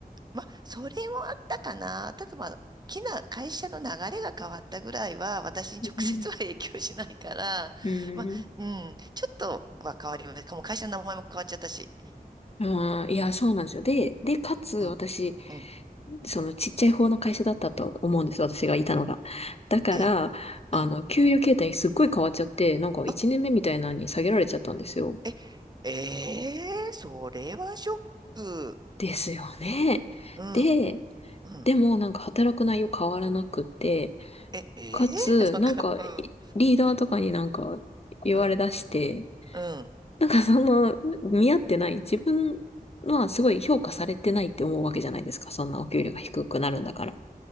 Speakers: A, on the right; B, on the left.
A: まあ、それもあったかな。ただまあ、大きな会社の流れが変わったぐらいは、私に直接は影響しないから、
B: うんうん。
A: まあ、うん、ちょっとは変わります。もう会社の名前も変わっちゃったし。
B: ああいや、そうなんですよ。で、
A: うん、
B: で、かつ、私、
A: うん、うん
B: そのちっちゃい方の会社だったと思うんです、私がいたのが。だから、
A: ええ、
B: あの、
A: うん。
B: 給与形態すっごい変わっちゃって、なんか1年目みたいなのに下げられちゃったんですよ。
A: あ、え、ええそれはショック。
B: ですよね。
A: うん、
B: で、
A: うん。
B: でもなんか働く内容変わらなくて、
A: え、ええ
B: かつ、
A: <laughs> なんか、
B: なんかいリーダーとかになんか言われ出して、
A: うん、うん、うん、
B: なんかその、見合ってない、自分はすごい評価されてないって思うわけじゃないですか。そんなお給料が低くなるんだから。